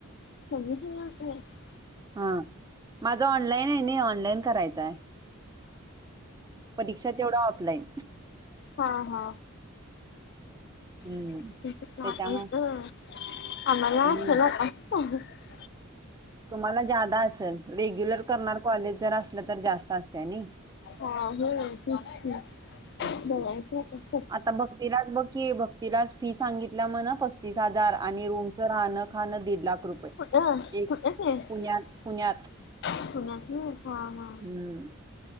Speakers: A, on the left; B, on the right.
A: <unintelligible>
B: हा माझा ऑनलाईन आहे ना ऑनलाईन करायच आहे. परीक्षा तेवढ ऑफलाइन.
A: हा हा
B: हम्म
A: <unintelligible>
B: त्याच्यामुळे हम्म तुम्हाला जादा असेल. रेग्युलर करणार कॉलेज जर असल तर जास्त असते आणि.
A: हा हो तेच कि
B: हम्म
A: बघायच आता.
B: आता भक्तीला बघ की, भक्तीलाच फी सांगितल्या म्हण पस्तीस हजार. आणि रूम राहण खाण दीड लाख रुपये
A: <unintelligible>
B: एक पुण्यात पुण्यात हम्म